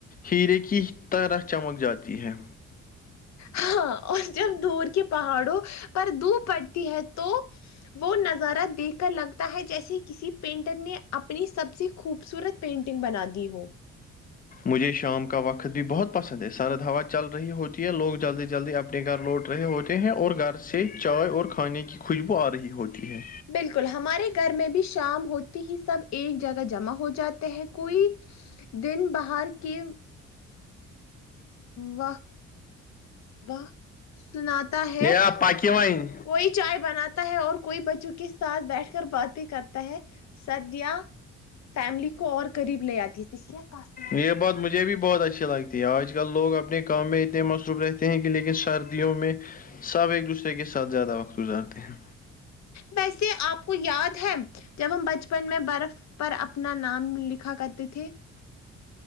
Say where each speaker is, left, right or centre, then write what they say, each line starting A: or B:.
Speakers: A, on the left (about 30°); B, on the left (about 65°).
A: ہیرے کی طرح چمک جاتی ہے
B: ہاں اور جب دور کے پہاڑوں پر دھوپ پڑتی ہے تو وہ نظارہ دیکھ کر لگتا ہے جیسے کسی پینٹر نے اپنی سب سے خوبصورت پینٹنگ بنا دی ہو
A: مجھے شام کا وقت بھی بہت پسند ہے سرد ہوا چل رہی ہوتی ہے لوگ جلدی جلدی اپ نے گھر لوٹ رہے ہوتے ہیں اور گھر سے چائے اور کھانے کی خوشبو آ رہی ہوتی ہے
B: بالکل ہمارے گھر میں بھی شام ہوتی ہی سب ایک جگہ جمع ہو جاتے ہیں کوئی دن باہر کی واہ واہ سناتا ہے
A: یا پکی وائن
B: کوئی چائے بناتا ہے اور کوئی بچوں کے ساتھ بیٹھ کر باتیں کرتا ہے سدیا فیملی کو اور قریب لے اتی ہے اسلئے
A: یے بات مجھے بھی بہت اچھی لگتی آج کل لوگ اپنے کام میں اتنے مصروف رہتے ہیں کہ لیکن سردیوں میں سب ایک دوسرے کے ساتھ زیادہ وقت گزارتے ہیں
B: ویسے آپ کو یاد ہے جب ہم بچپن میں برف پر اپنا نام لکھا کرتے تھے